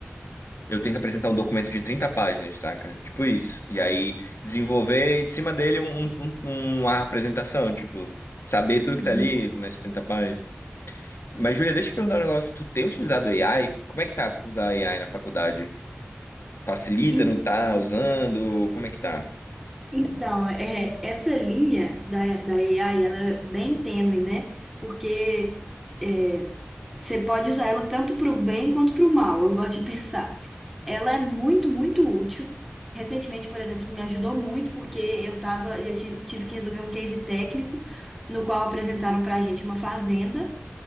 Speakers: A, on the left (about 85°); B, in the centre.
A: eu tenho que apresentar um documento de 30 páginas, saca? Tipo isso. E aí desenvolver em cima dele um, um- um, uma apresentação, tipo, saber tudo
B: Uhum.
A: que tá ali nas 30 páginas. Mas, Júlia, deixa eu te perguntar um negócio. Tu tem utilizado AI? Como é que tá usar AI na faculdade? Facilita,
B: Em-
A: não tá usando? Como é que tá?
B: Então, é, essa linha da, da AI, ela é bem tênue, né? Porque é, você pode usar ela tanto para o bem quanto para o mal, eu gosto de pensar Ela é muito, muito útil. Recentemente, por exemplo, me ajudou muito porque eu tava, eu ti- tive que resolver um case técnico no qual apresentaram para a gente uma fazenda